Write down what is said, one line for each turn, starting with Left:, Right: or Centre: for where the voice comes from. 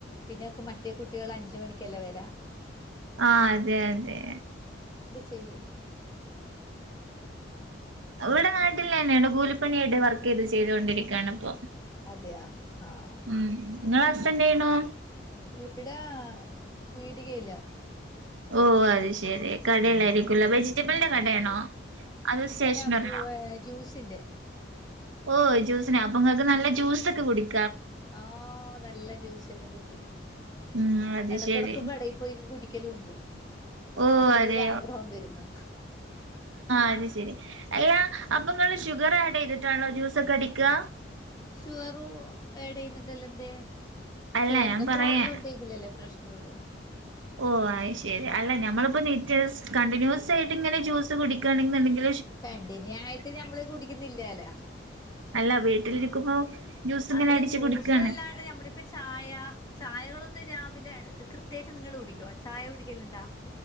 Left: പിന്നെ മറ്റേ കുട്ടികൾ അഞ്ച മണിക്കല്ലേ വരാം
Right: ആ അതെ അതെ
Left: ചെയ്യോ
Right: ഇവിടെ നാട്ടിലന്നെയണ് വിടെ കൂ ലിപ്പണി ആയിട്ട് വർ, ഇത് ചെയ്തൊണ്ടിരിക്കയാണ് ഇപ്പൊ
Left: അതെയാ ആഹ്
Right: ഉം നിങ്ങള ഹസ്സ് ന്തചെയ്യണു
Left: ഇവിടാ പീടികയിലാണ്
Right: ഓ അത് ശെരി കടല്ലായിരിക്കുംല
Left: ആഹ്
Right: വെജിറ്റബിളിന്റെ
Left: ആഹ്
Right: കടയാണോ
Left: കടയില്
Right: അത് സ്റ്റേഷനറി
Left: എല്ലാ ഫ്രൂ ജ്യൂസിന്റെ
Right: ഓ ജൂസിനെ അപ്പങ്ങൾക്ക് അത് നല്ല ജ്യൂസ ഒക്കെ കുടിക്കും
Left: ആ നല്ല ജ്യൂസ്ല്ലാം കിട്ടും
Right: ഉം അത്
Left: ഇടക്കിടക്ക്
Right: ശരി
Left: കടയിൽ പോയി കുടിക്ക ഒരിക്കലും ഉണ്ട്
Right: ഓ
Left: അങ്ങനെ
Right: അതെ
Left: ഒരു ആഗ്രഹം വരുമോ
Right: അത ശരി അല്ല അപ്പൊ നിങ്ങൾ ഷുഗർ ആഡ് ചെയ്തിട്ടാണോ ജ്യൂസ ഒക്കെ അടിക്കുക
Left: ഷുറു ടെ ചെയ്യുന്നുണ്ടല്ല എന്തേ
Right: അല്ല
Left: ഷുഗറിന്റെ
Right: ഞാൻ പറയാ
Left: പ്രോബ്ലം ഉണ്ടെങ്കിലല്ലേ പ്രശ്നമ ഉള്ളൂ
Right: ഓ അ ശരി അല്ല ഞമ്മളിപ്പോ നറ്റ് കണ്ടിന്യൂസ് ആയിട്ട് ഇങ്ങനെ ജ്യൂസ് കുടിക്കുകയാണെുണ്ടെങ്ക
Left: കണ്ടന് ആായിട്ട് നഞമ്മള് കുടിക്കുന്നില്ലാലോ
Right: അല്ല വീട്ടിലിരിക്കുമ്പോ ജ്യൂസ് ഇങ്ങനെ
Left: അതെ
Right: അടിച്ച്
Left: ജ്യൂസ്
Right: കുടിക്കാണ്
Left: എല്ലാണ്ട് നമ്മളിപ്പ ചായ ചായ ങ്ങൾ കൊന്ന് രാവിലെ കൃത്യമായിട്ട് നിങ്ങള്ൾ കുടിക്കോ ചായ കുടിക്കല്ല എന്താ